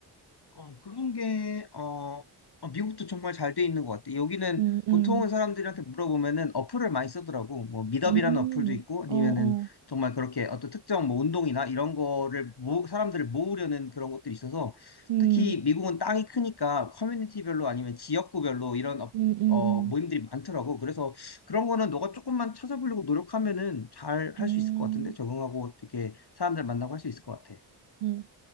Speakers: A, on the left; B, on the right.
A: 어, 그런 게, 어, 어, 미국도 정말 잘 돼 있는 것 같아. 여기는
B: 음,
A: 보통은
B: 음,
A: 사람들한테 물어보면은 어플을 많이 쓰더라고. 뭐, 미더이라는
B: 음, 음,
A: 어플도 있고, 아니면은
B: 어, 어,
A: 정말 그렇게 어떤 특정 뭐 운동이나 이런 거를 모, 사람들을 모으려는 그런 것들이 있어서
B: 음,
A: 특히 미국은 땅이 크니까 커뮤니티별로 아니면 지역구별로 이런 어,
B: 음, 음,
A: 어, 모임들이 많더라고. 그래서 그런 거는 너가 조금만 찾아보려고 노력하면은 잘 할
B: 음, 음,
A: 수 있을 것 같은데? 적응하고 이렇게 사람들 만나고 할 수 있을 것 같아.
B: 음.